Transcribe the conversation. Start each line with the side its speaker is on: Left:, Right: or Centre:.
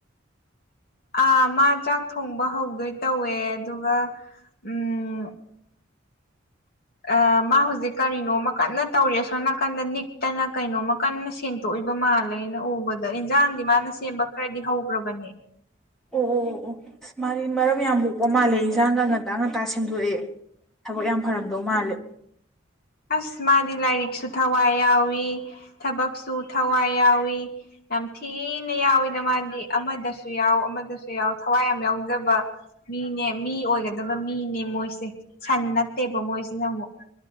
Left: ꯑꯥ ꯃꯥ ꯆꯥꯛ ꯊꯣꯡꯕ ꯍꯧꯗꯣꯏ ꯇꯧꯋꯦ ꯑꯗꯨꯒ ꯎꯝ ꯑ ꯃꯥ ꯍꯧꯖꯤꯛ ꯀꯔꯤꯅꯣꯝꯃ ꯀꯟꯅ ꯇꯧꯔꯤ ꯑꯁꯣꯝ ꯅꯥꯀꯟꯗ ꯅꯤꯛꯇꯅ ꯀꯩꯅꯣꯝꯃ ꯀꯟꯅ ꯁꯦꯡꯗꯣꯛꯂꯤ ꯑꯩꯅ ꯎꯕꯗ ꯑꯦꯟꯖꯥꯡꯗꯤ ꯃꯥꯅ ꯁꯦꯝꯕ ꯈꯔꯗꯤ ꯍꯧꯈ꯭ꯔꯕꯅꯦ
Centre: ꯑꯣ ꯑꯣ ꯃꯥꯗꯤ ꯃꯔꯝ ꯌꯥꯝꯅ ꯃꯣꯛꯏꯅꯦ ꯑꯣ ꯃꯥꯜꯂꯦ ꯑꯦꯟꯖꯥꯡꯒ ꯉꯟꯇꯥ ꯉꯟꯇꯥ ꯁꯦꯝꯗꯣꯛꯑꯦ ꯊꯕꯛ ꯌꯥꯝ ꯐꯔꯝꯗꯧ ꯃꯥꯜꯂꯦ
Left: ꯑꯁ ꯃꯥꯗꯤ ꯂꯥꯏꯔꯤꯛꯁꯨ ꯊꯋꯥꯏ ꯌꯥꯎꯏ ꯊꯕꯛꯁꯨ ꯊꯋꯥꯏ ꯌꯥꯎꯏ ꯌꯥꯝ ꯊꯤꯅ ꯌꯥꯎꯋꯤꯗ ꯃꯥꯗꯤ ꯑꯃꯗꯁꯨ ꯌꯥꯎ ꯑꯃꯗꯁꯨ ꯌꯥꯎ ꯊꯋꯥꯏ ꯌꯥꯝ ꯌꯥꯎꯖꯕꯅꯦ ꯃꯤꯅꯦ ꯃꯤ ꯑꯣꯏꯒꯗꯕ ꯃꯤꯅꯦ ꯃꯣꯏꯁꯦ ꯁꯟ ꯅꯠꯇꯦꯕ ꯃꯣꯏꯁꯤꯅ ꯑꯃꯨꯛ